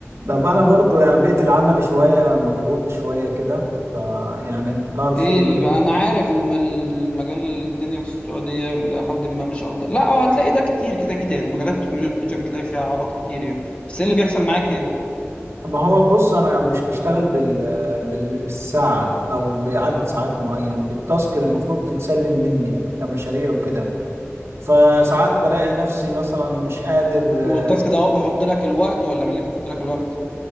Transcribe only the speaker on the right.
طب انا برضو يعني بيئه العمل شويه مضغوط شويه كده فيعني انت تعرف
شغل
ما هو بص انا مش بشتغل بال بال- بالساعه او بعدد ساعات معين بالتاسك المفروض تتسلم مني كمشاريع وكده فساعات بلاقي نفسي مثلا مش قادر
اه